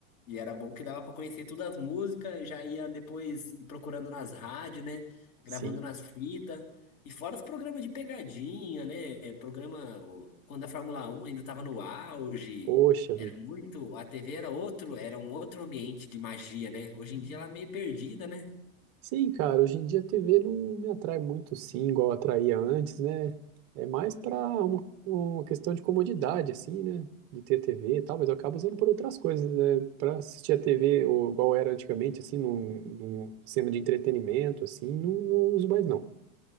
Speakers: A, on the left; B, on the right.
A: e era bom que dava pra conhecer todas as músicas, já ia depois ir procurando nas rádios, né? Gravando
B: Sim,
A: nas fitas. E fora os programas de pegadinha, né? Programa, o- quando a Fórmula Um ainda estava no auge,
B: poxa vida.
A: era muito, a TV era outro, era um outro ambiente de magia, né? Hoje em dia ela é meio perdida, né?
B: Sim, cara, hoje em dia a TV não me atrai muito, sim, igual atraía antes, né? É mais para uma, uma questão de comodidade, assim, né? De ter TV e tal, mas eu acabo usando por outras coisas, né? Para assistir a TV, ou igual era antigamente, assim, num, numa cena de entretenimento, assim, não, não uso mais, não.